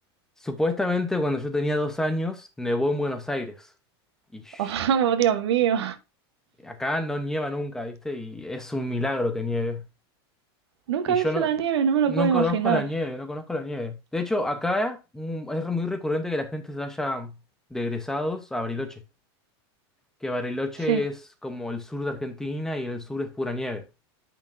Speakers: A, in the centre; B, on the right.
A: Supuestamente cuando yo tenía dos años, nevó en Buenos Aires. Ish.
B: <laughs> Oh, Dios mío.
A: Acá no nieva nunca, ¿viste? Y es un milagro que nieve.
B: Nunca
A: Y
B: he
A: yo
B: visto
A: no,
B: la nieve, no me lo
A: no
B: puedo
A: conozco
B: imaginar.
A: la nieve, no conozco la nieve. De hecho, acá mm, es muy recurrente que la gente se vaya de egresados a Bariloche. Que Bariloche
B: Sí,
A: es como el sur de Argentina y el sur es pura nieve.